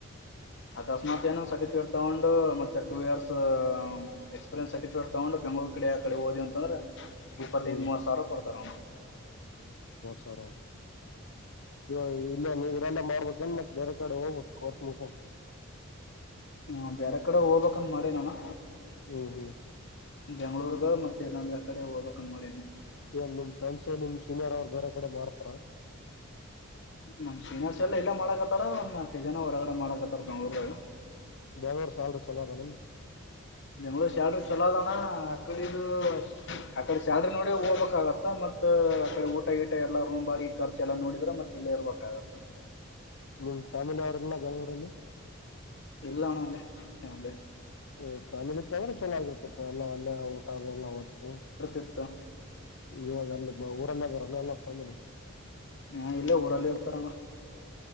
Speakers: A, on the left (about 55°); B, on the left (about 70°).
A: ಅಕಸ್ಮಾತ್ ಏನೋ ಸರ್ಟಿಫಿಕಟ್ ತೊಂಡ್ ಮತ್ತೆ ಟು ಇಯರ್ಸ್ ಎಕ್ಸ್ಪೀರಿಯನ್ಸ್ ಸರ್ಟಿಫಿಕಟ್ ತಗೊಂಡು ಬೆಂಗಳೂರ್ ಕಡೆ ಆ ಕಡೆ ಹೋದ್ವಿ ಅಂತಂದ್ರ ಇಪ್ಪತ್ತೈದ
B: ಹ್ಮ್
A: ಮೂವತ್ ಸಾವಿರ ಕೊಡ್ತಾರ ಅಣ್ಣ
B: ಸರೋ ಇವಾಗ್ ಇಲ್ಲ ನೀ ಲ್ಲ ಮಾಡ್ಬೇಕ ಎನ ಮತ್ತ್ ಬೇರೆ ಕಡೆ ಹೋಗಬೇಕ ಕೋರ್ಸ್ ಮುಗಸ್ಕೊಂಡ್
A: ಹ ಬೇರೆ ಕಡೆ ಹೋಗ್ಬೇಕ ಅಂತ್ ಮಾಡಿನಿ ಅಣ್ಣಾ
B: ಹ್ಮ್ ಹ್ಮ್
A: ಬೆಂಗ್ಳೂರ್ಗ ಮತ್ತ ಇಲ್ಲಾಂದ್ರ ಆ ಕಡೆ ಹೋಗಬೇಕ್ ಅಂತ್ ಮಾಡಿನಿ
B: ಏನ್ ನಿಮ್ ಫ್ರೆಂಡ್ಸ್ ನಿಮ್ ಸೀನಿಯರ್ ಅವರು ಬೇರೆ ಕಡೆ ಮಾಡ್ತಾರ?
A: ನಮ್ ಸೀನಿಯರ್ಸ್ ಎಲ್ಲ ಇಲ್ಲೆ ಮಾಡಕತ್ತಾರ. ಒಂದ ನಾಕೈದ ಜನ ಹೊರಗಡೆ ಮಾಡಕತ್ತಾರ ಬೆಂಗ್ಳೂರದಾಗ್
B: ಬೇರ್ರ್ ಸ್ಯಾಲ್ರಿ ಚೊಲೋದಲ
A: ಬೆಂಗಗಳೂರು ಸ್ಯಾಲ್ರಿ ಚಲೋ ಅದ ಅಣ್ಣಾ ಅಕಡೆದು ಆಕಡೆ ಶ್ಯಾಲ್ರಿ ನೋಡಿ ಓಗಬೇಕಾಗತ್ತ ಮತ್ತ ಅಕಡೆ ಊಟ ಗಿಟ ಎಲ್ಲಾ ರೂಮ್ ಬಾಡ್ಗಿ ಖರ್ಚ ಎಲ್ಲಾ ನೋಡಿದ್ರ ಮತ್ತ ಇಲ್ಲೇ ಇರ್ಬೇಕಾಗತ್ತ.
B: ನಿಮ್ ಫ್ಯಾಮಿಲಿ ಅವ್ರಲ್ಲ ಬೆಂಗಳೂರಲ್ಲಿ?
A: ಇಲ್ಲ ಅಣ್ಣ <unintelligible>
B: ಹ್ಮ್ ಫ್ಯಾಮಿಲಿ ಚೊಲೋ ಆಗಿರ್ತಿತ್ತ ಎಲ್ಲ ಅ ಎಲ್ಲ ಊಟಾ ಅದೆಲ್ಲ ಅವತ್ತು
A: ತ್ತ
B: ಇವಾಗ ಅಲ್ಲಿ ಊರಲ್ಲೇ ಬರಾನಲ್ಲ ಫ್ಯಾಮಿಲಿ
A: ನ್ ಇಲ್ಲ ಊರಲ್ಲಿ ಇರ್ತಾರಣ